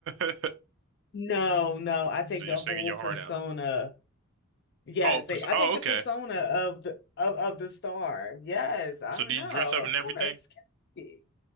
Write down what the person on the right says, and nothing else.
<laughs>
So you're
singing
your
heart out.
Oh,
pers-
oh,
okay.
So
do
you dress up
and everything?